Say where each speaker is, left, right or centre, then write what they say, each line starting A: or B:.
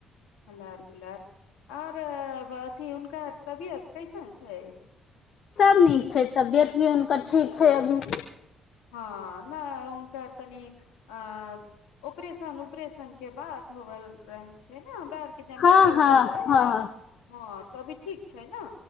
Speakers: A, on the left; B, on the left.
A: बड़ा दुलार आओर बथी कार तबियत कैसन छै
B: सब नीक छै तबियत भी हुनकर
A: नीक
B: ठीक
A: ने
B: छै अभी
A: हँ नहि ओनक तनि अ उपरेशन उपरेशन के बात होवल रहल छै ने हमरा आर के जानकारी
B: हँ
A: होवल
B: हँ
A: छै
B: हँ
A: कि हँ त अभी ठीक छै ने